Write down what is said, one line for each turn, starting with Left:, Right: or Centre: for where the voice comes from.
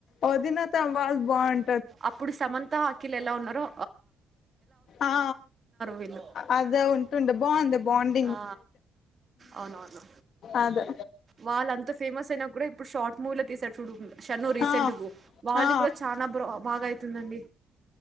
Left: వదీనా త వా బన్
Right: అప్పుడు సమంత కిల్ ఎలా ఉన్నారుో
Left: ఆ
Right: వీళ్ళు
Left: అద ఉంటుండ బాగుంది బాగు
Right: ఆ అవునవును
Left: అదే
Right: వాళ్ళ అంత ఫేమస్ అయినా కూడా ఇప్పుడు షార్ట్ మూవీలో తీసారు చూడు షన్నూ రీసెంట్
Left: ఆ
Right: వాళ్ళు
Left: ఆ
Right: కూడా చాలా బ బాగా అవుతుందండి